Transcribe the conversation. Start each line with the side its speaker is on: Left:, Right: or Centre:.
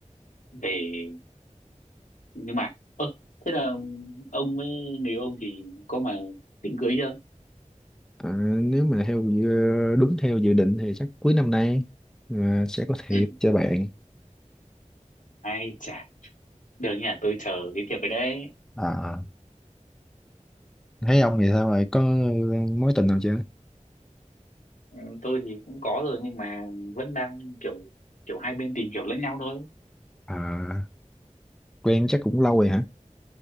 Left: về nhưng mà ơ thế là ông với người yêu ông thì có mà tính cưới chưa
Centre: À, nếu mà theo dự- ờ, đúng theo dự định thì chắc cuối năm nay à, sẽ có thiệp
Left: Ừ.
Centre: cho bạn.
Left: ai chả Được nhỉ, tôi chờ cái việc về đấy.
Centre: à thấy ông vậy sao vậy có mối tình nào chưa
Left: Ừ, Tôi thì cũng có rồi nhưng mà vẫn đang kiểu kiểu hai bên tìm hiểu lẫn nhau thôi.
Centre: À, quen chắc cũng lâu rồi hả?